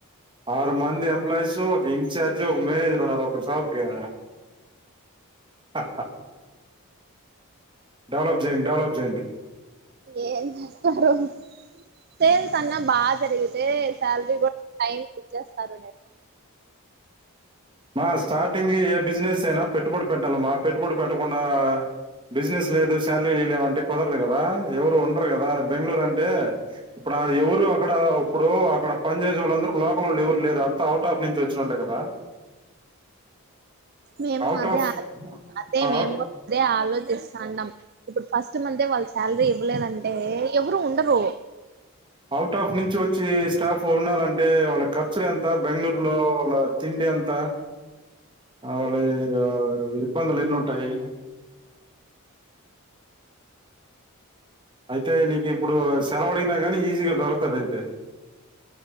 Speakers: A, on the right; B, on the right.
A: ఆరు మంది ఎ ప్లైస్ ఒక ఇన్చార్జ్ ఒక మేనేజర్ ఉన్నారు ఒక షాప్ క ఆ డెవలప్ చేయండి డెవలప్ చేయండి
B: ఏన్స్తరు సేల్ తన్న బా జరిగితే శాలరీ కూడా టైం ఇచ్చేస్తారు నను
A: మా స్టార్టింగ్ ఏ బిజినెస్ అయినా పెట్టుబడి పెట్టాల మా పెట్టుబడి పెట్టకుండా బిజినెస్ లేదు శాలరీ లే లేవంటే కుదరరు కదా ఎవరు ఉండరు కదా బెంగళూరు అంటే ఇప్పుడు ఎవరు అక్కడ ఇప్పుడు అక్కడ పనిచేసే వాళ్ళంద అరు లోక వాళ్ళ ఎవరు లేరు అంత అవుట్ ఆఫ్ నుంచి వచ్చిన వాళ్లే కదా
B: మేము
A: అవుట్
B: అదే
A: ఆఫ్
B: అదే
A: అవుట్
B: మేము కూడా అదే ఆలోచ చేస్తన్నం ఇప్పుడు ఫస్ట్ మంతే వాళ్లు శాలరీ ఇవ్వలేదంటే ఎవరు ఉండరు
A: అవుట్ ఆఫ్ నుంచి వచ్చి స్టాఫ్ ఉండాలంటే వాళ్ళ ఖర్చులు ఎంత బెంగళూరులో వాళ్ళ తిండి ఎంత వాళ్ళకి ఇబ్బందులు ఎన్ని ఉంటాయి అయితే నీకు ఇప్పుడు సెలవు అడిగినా గానీ ఈజీగా దొరకుతది అయితే